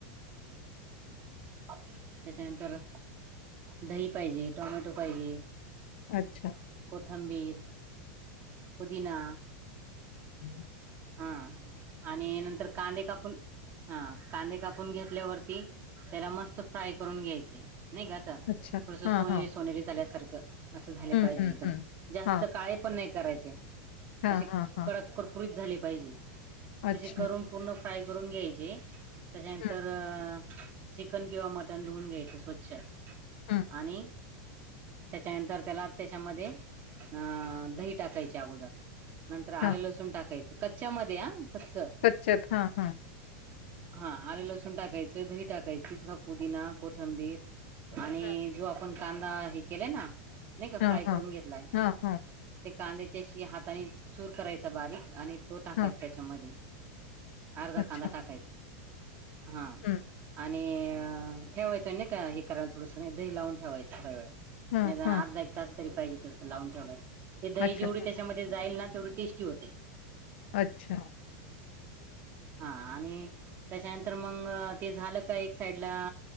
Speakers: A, on the right; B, on the left.
A: त्याच्यानंतर दही पाहिजे टोमॅटो पाहिजे
B: अच्छा.
A: कोथंबीर पुदीना
B: हम्म
A: हा आणि नंतर कांदे कापून हा कांदे कापून घेतल्यावरती त्याला मस्त फ्राय करून घ्यायचे नाही गॅ
B: अच्छा.
A: थोड सोनेरी
B: हां, हां.
A: सोनेरी झाल्यासारखं असं झाले
B: हं,
A: पाहिजे
B: हं,
A: एकदम
B: हं.
A: जास्त
B: हां.
A: काळे पण नाही करायचे
B: हां,
A: असे
B: हां, हां.
A: कडक कड त झाली पाहिजे
B: अच्छा.
A: अस करून पूर्ण फ्राय करून घ्यायचे त्याच्यानंतर
B: हं,
A: चिकन किंवा मटण धुवून घ्यायचं स्वच्छ
B: हं.
A: आणि त्याच्यानंतर त्याला त्याच्यामध्ये अं दही टाकायच्या अगोदर नंतर आलं
B: हां.
A: लसूण टाकायचं कच्च्यामध्ये या कच्च
B: कच्यात ह ह
A: हा आले लसूण टाकायचं दही टाकायची थोडा पुदिना कोथंबीर आणि
B: हं.
A: जो आपण कांदा हे केलाय ना नाही का
B: हां,
A: फ्राय करून
B: हां.
A: घेतलाय
B: हां, हां.
A: ते कांद्याच्याशी हाताने चूर करायचा बारीक आणि तो टाकायचा
B: हां.
A: त्याच्यामध्ये अर्धा
B: अच्छा.
A: कांदा टाकायचा हा
B: हं.
A: आणि आणि ठेवायचं आहे ना का हे करायला थोडं नाही दही लावून ठेवायचं थोड्या वेळ
B: हां,
A: निदान
B: हां.
A: अर्धा एक तास तरी पाहिजे तसं लावून ठेवलं ते दही
B: अच्छा.
A: जेवढी
B: हं.
A: त्याच्यामध्ये जाईल ना तेवढी टेस्टी होते.
B: अच्छा.
A: ह हा आणि त्याच्यानंतर मग ते झालं का एक साइडला